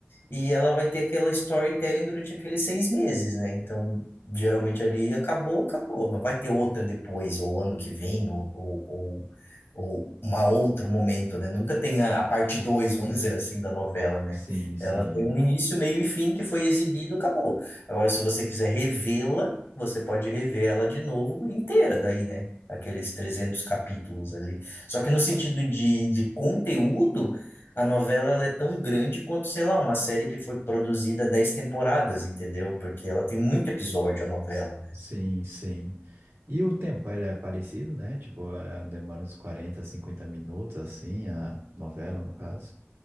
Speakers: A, on the left; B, on the right.
A: E ela vai ter aquela storytelling durante aqueles seis meses, né? Então, geralmente ali acabou, acabou. Não vai ter outra depois, ou ano que vem, ou, ou, ou, ou uma outro momento, né? Nunca tem a, a parte 2, vamos dizer assim, da novela, né?
B: Sim, sim.
A: Ela tem um início, meio e fim que foi exibido, acabou. Agora, se você quiser revê-la, você pode rever ela de novo inteira, daí, né? Aqueles 300 capítulos ali. Só que no sentido de, de conteúdo, a novela ela é tão grande quanto, sei lá, uma série que foi produzida dez temporadas, entendeu? Porque ela tem muito episódio, a novela,
B: S-
A: né?
B: Sim, sim. E o tempo, ele é parecido, né? Tipo, é, demora uns 40, 50 minutos, assim, a novela, no caso.